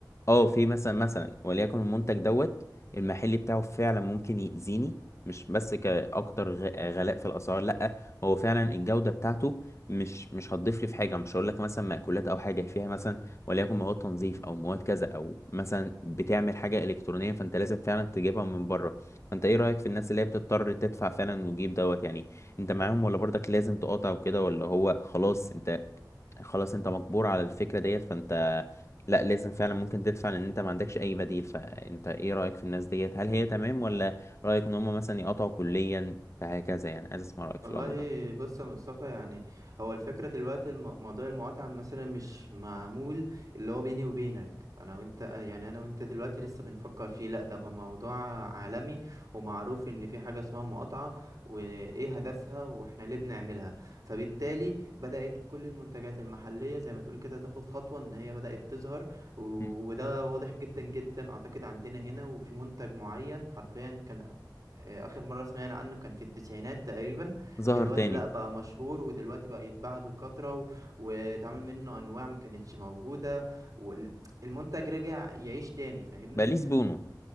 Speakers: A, on the left; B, on the right.
A: اه في مثلا مثلا وليكن المنتج دوت المحلي بتاعه فعلا ممكن يأذيني مش بس كأكتر غ- غلاء في الأسعار لأ هو فعلا الجودة بتاعته مش مش هتضيف لي في حاجة مش هقول لك مثلا مأكولات أو حاجة فيها مثلا وليكن مواد تنظيف أو مواد كذا أو مثلا بتعمل حاجة إلكترونية فأنت لازم فعلا تجيبها من بره فأنت إيه رأيك في الناس اللي هي بتضطر تدفع فعلا وتجيب دوت يعني أنت معاهم ولا برضك لازم تقاطع وكده ولا هو خلاص أنت خلاص أنت مجبور على الفكرة ديت فأنت لا لازم فعلا ممكن تدفع لان انت ما عندكش اي بديل فانت ايه رأيك في الناس ديت هل هي تمام ولا رأيك ان هم مثلا يقطعوا كليا فهكذا يعني عايز اسمع رأيك في
B: والله
A: الامر ده
B: بص يا مصطفى يعني هو الفكرة دلوقتي الم- موضوع المقاطعة مثلا مش معمول اللي هو بيني وبينك أنا وأنت يعني أنا وأنت دلوقتي لسه بنفكر فيه لأ ده بقى موضوع عالمي ومعروف إن في حاجة اسمها مقاطعة وإيه هدفها وإحنا ليه بنعملها فبالتالي بدأت كل المنتجات المحلية زي ما تقول كده تاخد خطوة إن هي بدأت تظهر و...
A: مم.
B: وده واضح جدا جدا أعتقد عندنا هنا وفي منتج معين حرفيا كان آه، آخر مرة سمعنا عنه كان في التسعينات تقريبا
A: ظاهر
B: دلوقتي
A: تاني
B: لا بقى مشهور ودلوقتي بقى يتباع بكثرة و- واتعمل منه انواع ما كانتش موجودة والمنتج رجع يعيش تاني فاهمني
A: بليز بونو